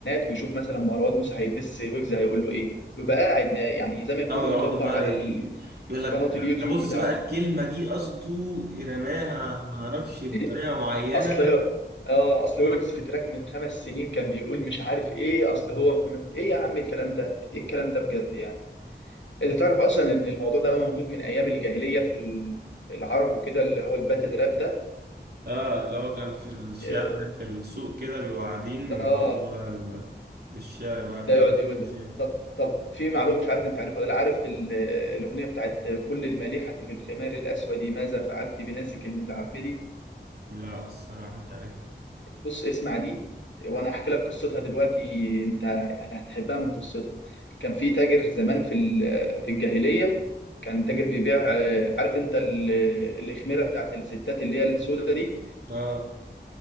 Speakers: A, on the left; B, on the right.
A: ويشوف مثلا مروان موسى هيدس ويجز هيقول له ايه ويبقى قاعد نا- يعني زي ما يكون
B: او يقعدوا
A: مطبق
B: بقى
A: على
B: ي-
A: ال-
B: يقول لك
A: قناه اليوتيوب
B: ده بص
A: بتاعته
B: بقى الكلمه دي قصده رماها ما اعرفش بطريقه
A: <laughs>
B: معينه
A: اصل
B: <laughs>
A: اه اصل ويجز في تراك من خمس سنين كان بيقول مش عارف ايه اصل هو ايه يا عم الكلام ده ايه الكلام ده بجد يعني انت تعرف اصلا ان الموضوع ده موجود من ايام الجاهليه في ال- العرب وكده اللي هو الباتل راب ده
B: اه اللي هو كان في الشعر
A: اه
B: في السوق كده بيبقوا قاعدين ويقعدوا
A: آه،
B: بقى ال... في الشعر بقى
A: ده
B: كل
A: يقعد
B: واحد
A: يقول
B: يقول
A: ده
B: شعر
A: طب طب في معلومه مش عارف انت عارفها ولا لا، عارف ال- الاغنيه بتاعت كل المليحه في الخمار الاسود ماذا فعلت بناسك المتعبد
B: لا الصراحه مش عارف
A: بص اسمع دي وانا احكي لك قصتها دلوقتي انت يعني هتحبها من قصتها كان في تاجر زمان في ال- في الجاهليه كان تاجر بيبيع آه، عارف انت ال- الخميره بتاعت الستات اللي هي السوداء دي
B: اه